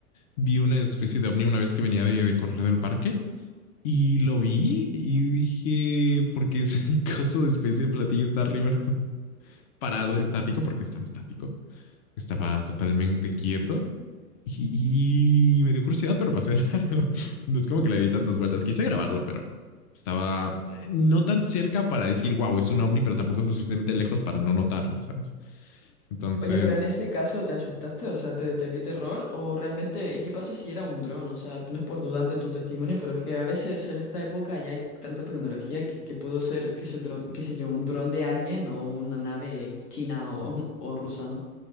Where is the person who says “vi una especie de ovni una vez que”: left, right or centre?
Left